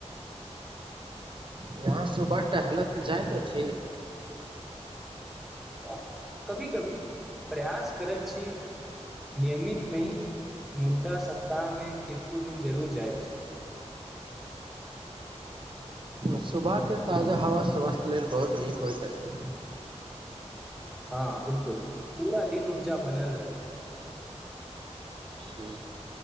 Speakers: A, on the right; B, in the centre.
A: यहाँ सुबह टहलैत जाइत अछि।
B: त कभी कभी प्रयास करैत छी नियमित नही मुद्दा सप्ताह मे केतको दिन जरूर जाइत छी।
A: सुबहके ताजा हवा स्वास्थ्य लेल बहुत नीक होइत अछि।
B: हँ बिलकुल पूरा दिन ऊर्जा बनल रहैत अछि।
A: ह,